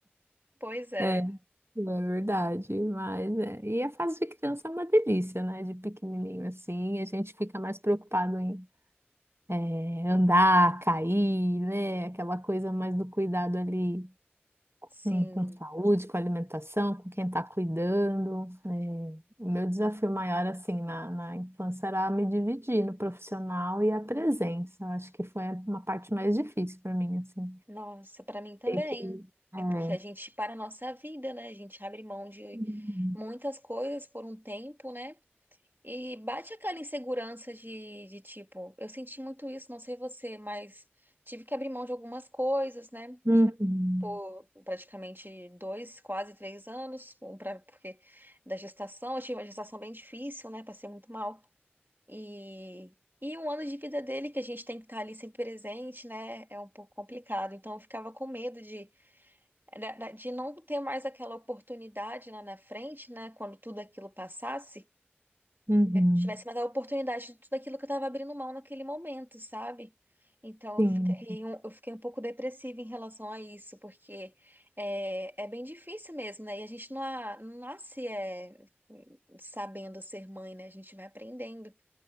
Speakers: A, on the right (about 55°); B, on the right (about 75°).
A: Pois é.
B: É, é verdade, mas é. E a fase de criança é uma delícia, né? De pequenininho assim, a gente fica mais preocupado em. é, andar, cair, né? Aquela coisa mais do cuidado ali
A: Sim.
B: com, com saúde, com alimentação, com quem está cuidando. né? O meu desafio maior, assim, na, na infância era me dividir no profissional e a presença. Eu acho que foi uma parte mais difícil para mim, assim.
A: Nossa, pra mim também.
B: Ter que... É.
A: É porque a gente para a nossa vida, né? A gente abre mão de
B: Uhum.
A: muitas coisas por um tempo, né? E bate aquela insegurança de, de tipo, eu senti muito isso, não sei você, mas tive que abrir mão de algumas coisas, né?
B: Uhum.
A: por praticamente dois, quase três anos, um pra, porque da gestação, eu tive uma gestação bem difícil, né? Passei muito mal. E, e um ano de vida dele que a gente tem que estar ali sempre presente, né? É um pouco complicado. Então eu ficava com medo de, da- da- de não ter mais aquela oportunidade lá na frente, né? Quando tudo aquilo passasse
B: Uhum.
A: tivesse mais a oportunidade de tudo aquilo que eu estava abrindo mão naquele momento, sabe? Então
B: Sim.
A: eu fiquei um, eu fiquei um pouco depressiva em relação a isso, porque é, é bem difícil mesmo, né? E a gente não, a- não nasce é, sabendo ser mãe, né? A gente vai aprendendo.